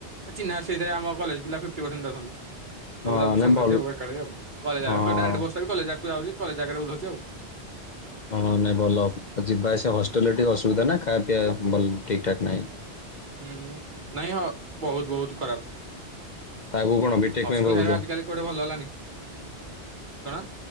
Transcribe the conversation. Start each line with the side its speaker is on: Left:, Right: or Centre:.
Right: ଚିହ୍ନା ଅଛି ସେଥିରେ ଆମ କଲେଜ୍ ପିଲା ସିଷ୍ଟି ପରସେଟେଜ୍ ପିଲା ଯାଉଛନ୍ତି। ପଳେଇ
Left: ହଁ
Right: ଯାଉଛୁ
Left: ନାଇଁ
Right: ସାଙ୍ଗ
Left: ଭଲ
Right: ସାଥୀ ଆଉ ଏକାଲେ ଆଉ କଲେଜକୁ
Left: ହଁ।
Right: ଡାଇରେକ୍ଟ ବସ। କଲେଜ ଆଗକୁ ଯାଉଛି କଲେଜଆଗରେ ଓହ୍ଲଉଛି ଆଉ
Left: ହଁ ନାଇଁ ଭଲ ଯିବା ଆସିବା ହଷ୍ଟେଲ ରେ ଟିକେ ଅସୁବିଧା ନା ଖାଇବା ପିଇବା ଭଲ ଠିକ ଠାକ ନାହିଁ।
Right: ହୁଁ ନାଇଁ ହଁ ବହୁତ ବହୁତ ଖରାପ।
Left: ତା ଆଗକୁ କଣ ବିଟେକ୍
Right: ହଷ୍ଟେଲ
Left: ପାଇଁ ଭାବୁଛ
Right: ଖାଇବା ଆଜିିକାଲି କୋଉଠେ ଭଲ ହେଲାନି କଣ?